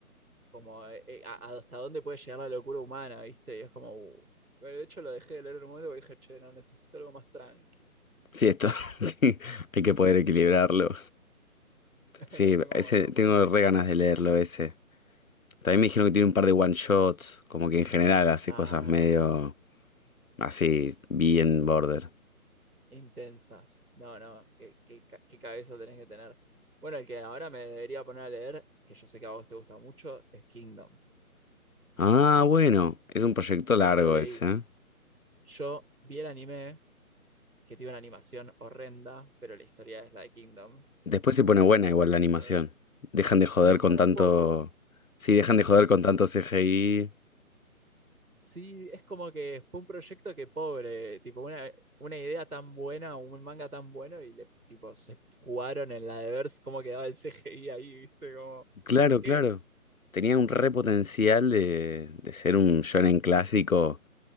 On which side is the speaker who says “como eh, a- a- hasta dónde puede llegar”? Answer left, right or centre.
Right